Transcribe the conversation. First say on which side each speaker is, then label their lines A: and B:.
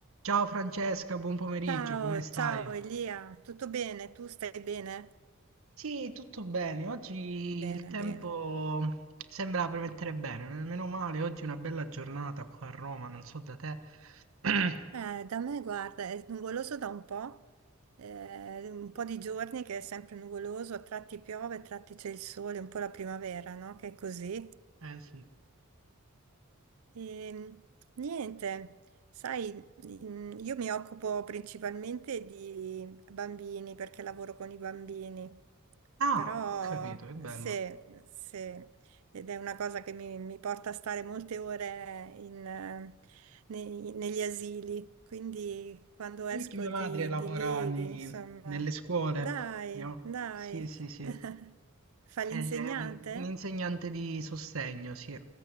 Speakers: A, on the right; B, on the right.
A: Ciao Francesca, buon pomeriggio,
B: Ciao,
A: come stai?
B: ciao Elia, tutto bene? Tu stai bene?
A: Sì, tutto bene. Oggi
B: Bene,
A: il tempo
B: bene.
A: sembra premettere bene, meno male, oggi è una bella giornata qua a Roma, non so da te. <coughs> <clears throat>
B: Eh, da me, guarda, è nuvoloso da un po', eh, un po' di giorni che è sempre nuvoloso, a tratti piove, a tratti c'è il sole, un po' la primavera, no? Che è così.
A: Eh sì.
B: E, niente, sai, in- io mi occupo principalmente di bambini perché lavoro con i bambini,
A: Ah,
B: però
A: ho capito, che bello.
B: se, se- ed è una cosa che mi, mi porta a stare molte ore in, eh, nei- negli asili, quindi quando
A: E
B: esco
A: Anche mia
B: di,
A: madre lavora
B: di lì,
A: nei-
B: insomma,
A: nelle scuole,
B: dai,
A: no?
B: dai,
A: Sì, sì, sì.
B: <laughs> fa l'insegnante?
A: È un, un insegnante di sostegno, sì.